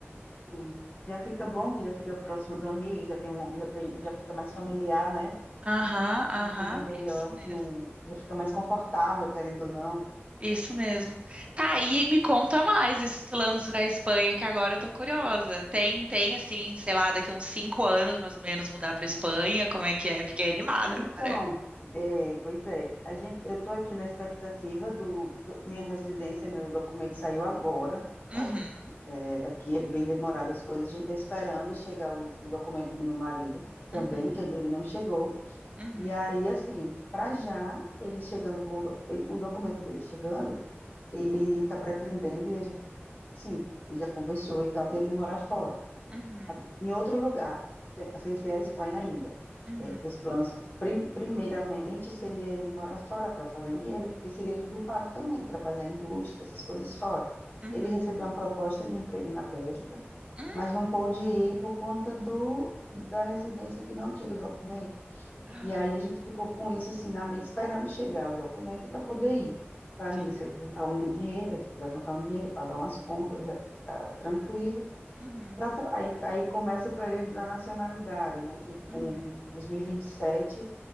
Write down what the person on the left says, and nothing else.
sim. Já fica bom, que já fica próximo aos amigos, já tem um, já tem, já fica mais familiar, né?
Uma coisa melhor,
assim,
um, já fica mais confortável, querendo ou não.
Então,
é, pois é, a gente, eu estou aqui na expectativa do, do- minha residência, meu documento saiu agora.
Olha, é, aqui é bem demorado as coisas. A gente está esperando chegar o, o documento do meu marido também,
que o dele não chegou.
E aí, assim, para já ele chegando com o do- ele- o documento dele chegando, ele está pretendendo e a gente, sim, já conversou e tal dele morar fora
a- em outro lugar, se- sem ser a Espanha ainda.
É, os planos, prim- primeiramente, seria ele morar fora para fazer um dinheiro, porque seria tudo pago também, trabalhar em indústria, essas coisas fora.
Ele recebeu uma proposta de emprego na Bélgica,
mas não pôde ir por conta do, da residência que não tinha do documento.
E aí a gente ficou com isso assim na mente, esperando chegar o documento para poder ir. Para
nisso, a gente juntar um dinheiro, a gente levantar um dinheiro, pagar umas contas, eh, ficar tranquilo
pra tra- aí, aí começa o período da nacionalidade, né? Que
com com 2027